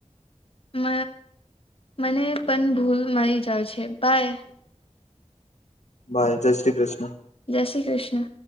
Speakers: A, on the left; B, on the left.
A: મ મને પણ ભૂલ મળી જાવ છે બાય.
B: બાય જય શ્રી કૃષ્ણ.
A: જય શ્રી કૃષ્ણ.